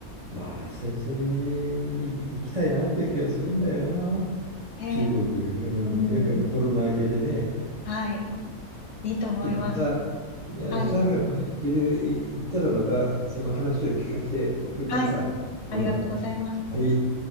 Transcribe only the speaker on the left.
ね。
うん。
はい。いいと思います。
はい。
はい。ありがとうございます。